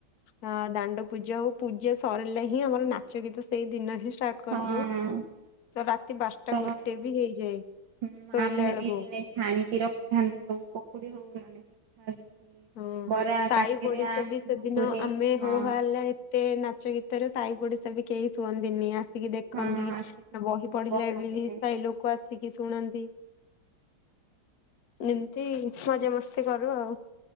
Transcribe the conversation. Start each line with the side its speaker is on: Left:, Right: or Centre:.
Left: ହଁ ଦାଣ୍ଡ ପୂଜା ହଉ ପୂଜା ସରିଲେ ହିଁ ଆମର ନାଚ ଗୀତ ସେଇ ଦିନ ହିଁ ଷ୍ଟାର୍ଟ କରିଦଉ
Right: ହଁ
Left: ତ ରାତି ବାରଟା
Right: ତ
Left: ଗୋଟେ ବି ହେଇଯାଏ
Right: ହୁଁ ମା
Left: ଶୋଇଲା
Right: ମାନେ
Left: ଆଳକୁ।
Right: ବି ମାନେ ଛାଣିକି ରଖିଥାନ୍ତି ସବୁ ପକୁଡି ହଉ ମାନେ ଥା କିଛି।
Left: ହୁଁ
Right: ବରା
Left: ସାହି
Right: କାକେରା
Left: ପଡିଶା ବି ସେଦିନ
Right: ଘୁଗୁନି
Left: ଆମେ ହୋ
Right: ହଁ
Left: ହାଲା। ଏତେ ନାଚ ଗୀତରେ ସାହି ପଡିଶା ବି କେହି ଶୁଅନ୍ତିନି ଆ ଆସିଛି ଦେଖନ୍ତି
Right: ହଁ ଆସିକି
Left: ବହି ପଢିଲା
Right: ବସନ୍ତି
Left: ବେଳେ ବି ସାହି ଲୋକ ଆସିକି। ଲୋକ ଆସିକି ଶୁଣନ୍ତି ଉଁ। ଏମତି ମଜା ମସ୍ତି କରୁ ଆଉ।